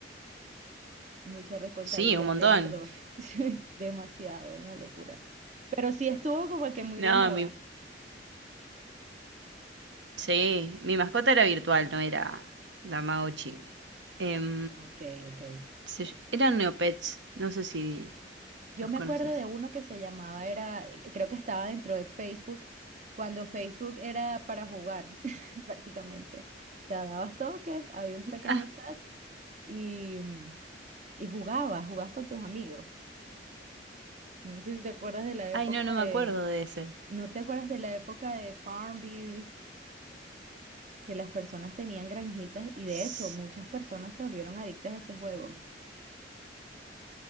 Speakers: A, on the right; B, on the right.
A: Mucha responsabilidad
B: Sí, un montón.
A: tener dos. <laughs> Sí, Demasiado, era una locura. Pero sí estuvo como que muy
B: No,
A: de moda.
B: mi, sí, mi mascota era virtual, no era Tamagotchi. Em,
A: Ok, ok.
B: se ll- eran Neopets, no sé si
A: Yo
B: los
A: me
B: conoces.
A: acuerdo de uno que se llamaba, era, eh, creo que estaba dentro de Facebook, cuando Facebook era para jugar <laughs> prácticamente. O sea, dabas toques, había un pequeño
B: Ah,
A: chat y, mm, y jugabas, jugabas con tus amigos. No sé si te acuerdas de la época
B: ay, no, no
A: de,
B: me acuerdo de ese.
A: ¿no te acuerdas de la época de Farmville, que las personas tenían granjitas y de
B: S-
A: hecho muchas personas se volvieron adictas a ese juego?